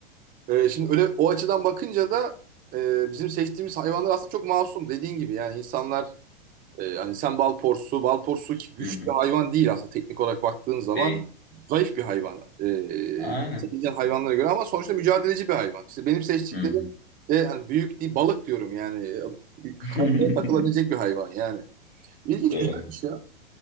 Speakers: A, on the right; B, on the left.
A: Ee, şimdi öyle o açıdan bakınca da e, bizim seçtiğimiz hayvanlar aslında çok masum dediğin gibi. Yani insanlar ee, hani sen bal porsu, bal porsu ki güçlü
B: Hı hı.
A: hayvan değil aslında teknik olarak baktığın zaman
B: Peki.
A: zayıf bir hayvan. Ee,
B: Aynen.
A: seçeceğin hayvanlara göre ama sonuçta mücadeleci bir hayvan. İşte benim seçtiklerim
B: Hı hı.
A: de hani büyük değil balık diyorum yani. Ee, Kayaya
B: <laughs>
A: takılabilecek bir hayvan yani. İlginç
B: Doğru.
A: güzelmiş ya.